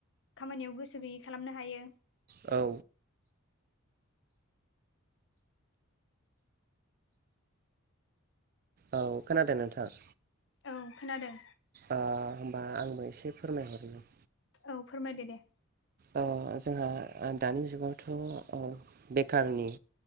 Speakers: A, on the left; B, on the right.
A: खामानियाव गोसो गैयै खालामनो हायो।
B: औ औ खोनादों नोंथाङा?
A: औ खोनादों।
B: ओ होमबा आंबो एसे फोरमायहरनो
A: औ फोरमायदो दे।
B: ओ जोंहा दानि जुगावथ' बेखारनि